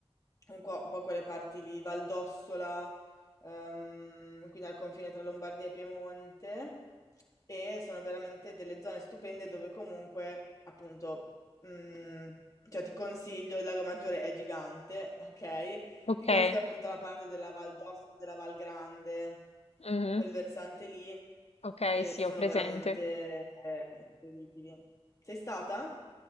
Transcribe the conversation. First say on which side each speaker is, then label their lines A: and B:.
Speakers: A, on the left (about 35°); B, on the left (about 85°).
A: un po', un po' quelle parti lì, Valdossola, ehm, quindi al confine tra Lombardia e Piemonte. E sono veramente delle zone stupende dove comunque appunto Mm, cioè ti consiglio, il Lago Maggiore è gigante, ok?
B: ok,
A: Ti consiglio appunto la parte della Val d'Osso, della Val Grande,
B: mhm,
A: quel versante lì,
B: ok,
A: che
B: sì,
A: sono
B: ho presente.
A: veramente eh, incredibili. Sei stata?